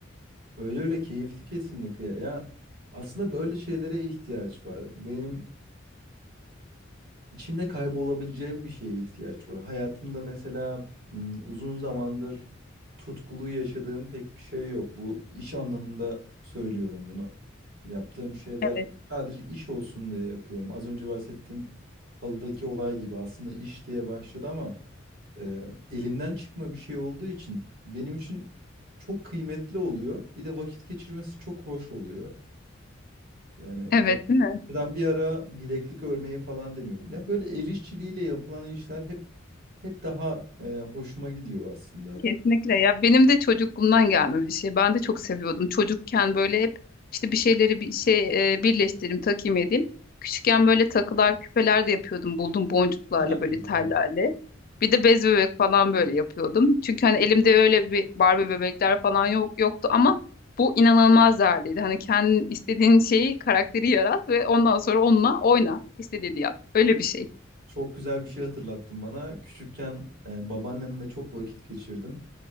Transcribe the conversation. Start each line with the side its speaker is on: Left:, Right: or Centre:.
Right: Öyle öyle keyifli kesinlikle. Ya aslında böyle şeylere ihtiyaç var. Benim içinde kaybolabileceğim bir şeye ihtiyaç var. Hayatımda mesela m, uzun zamandır tutkulu yaşadığım pek bir şey yok. Bu iş anlamında söylüyorum bunu. Yaptığım şeyler
Left: Evet.
Right: sadece iş olsun diye yapıyorum. Az önce bahsettiğim halıdaki olay gibi aslında iş diye başladı ama e, elimden çıkma bir şey olduğu için benim için çok kıymetli oluyor. Bir de vakit geçirmesi çok hoş oluyor. Yani
Left: Evet değil mi?
Right: ben bir ara bileklik örmeyi falan deniyordum. Ya böyle el işçiliğiyle yapılan işler hep hep daha e, hoşuma gidiyor aslında.
Left: Kesinlikle ya benim de çocukluğumdan gelme bir şey. Ben de çok seviyordum. Çocukken böyle hep işte bir şeyleri bir şey e, birleştireyim, takayım edeyim. Küçükken
Right: Hı. Ne
Left: böyle takılar, küpeler de yapıyordum. Buldum boncuklarla
Right: kadar güzel.
Left: böyle tellerle. Bir de bez bebek falan böyle yapıyordum. Çünkü hani elimde öyle bir Barbie bebekler falan yok yoktu ama bu inanılmaz değerliydi. Hani kendin istediğin şeyi, karakteri yarat ve ondan sonra onunla oyna. istediğini yap. Öyle bir şey.
Right: Çok güzel bir şey hatırlattın bana. Küçükken e, babaannemle çok vakit geçirdim.